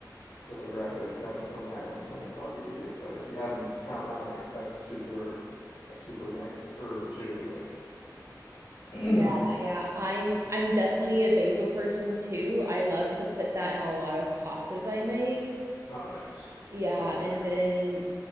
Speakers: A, on the left; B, on the right.
A: So I grabbed a cutting from that. I'm trying to propagate it. But if you haven't found that, like that's super, a super nice herb too. Like. <clears throat>
B: yeah, yeah. I'm I'm definitely a basil person too. I love to put that in a lot of pastas I make.
A: Oh, nice.
B: Yeah,
A: Yeah.
B: and then